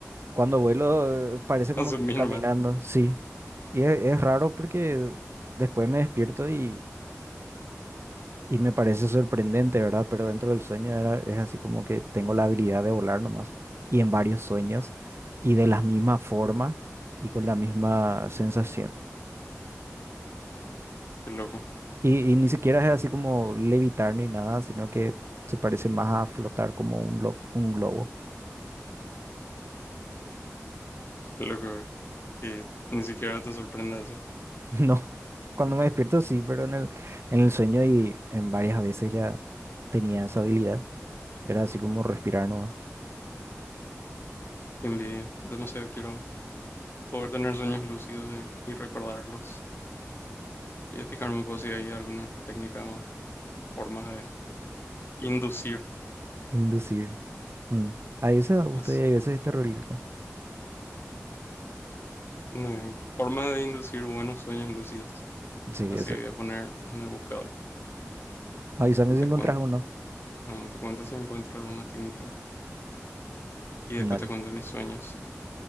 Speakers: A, on the right; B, on the left.
A: cuando vuelo eh, parece como
B: <laughs> Asumí
A: que estoy caminando,
B: nomás.
A: sí, y es es raro porque después me despierto y... Y me parece sorprendente, ¿verdad? Pero dentro del sueño era, es así como que tengo la habilidad de volar nomás y en varios sueños y de la misma forma y con la misma sensación.
B: Qué loco,
A: Y, y ni siquiera es así como levitar ni nada, sino que se parece más a flotar como un, glo- un globo.
B: qué loco, güey. Que ni siquiera te sorprenda eso.
A: <laughs> No, cuando me despierto sí, pero en el, en el sueño y en varias veces ya tenía esa habilidad. Era así como respirar nomás,
B: Qué envidia. Demasiado quiero poder tener sueños lúcidos y, y recordarlos. Y de fijarme pues, si hay alguna técnica o formas de inducir,
A: inducir. Mm. A veces da gusto
B: más,
A: y a veces es terrorífico.
B: no, formas de inducir buenos sueños lúcidos.
A: Sí,
B: Así
A: eso,
B: voy a poner en el buscador.
A: Avísame
B: Y
A: si
B: Te
A: encontrás
B: cuento,
A: uno.
B: eh, te cuento si encuentro alguna técnica. Y
A: Dale.
B: después te cuento mis sueños.